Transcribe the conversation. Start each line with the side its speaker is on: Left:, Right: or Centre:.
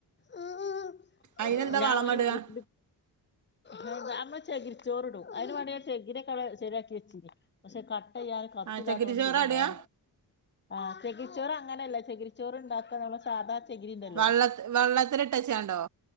Left: ഉം ഉം ഉം
Right: അതിനെന്താ
Left: ഞാഒര്
Right: വളമിടുക
Left: വീട്ട്ല് മുമ്പ് അമ്മ ചകിരി ച്ചോറ്ടും അയ്ന് വേണ്ടി ഞാൻ ചെകിരിക്കവടെ ശെരിയാക്കി വെച്ചിനി പഷേ ക ചെയ്യാന് കത്തിയില്ലാത്തോണ്ട്
Right: ആഹ് ചകിരി ചോറാടാ
Left: പിനെ ഞാൻ. ആ ചകിരിച്ചോറ് അങ്ങനെല്ല ചകിരിച്ചോറ് ഇണ്ടാക്കാ നമ്മള് സാധാ- ചകിരി ഉണ്ടല്ലോ
Right: വെള്ളത്ത് വെള്ളത്തിലിട്ടെച്ചാണ്ടോ.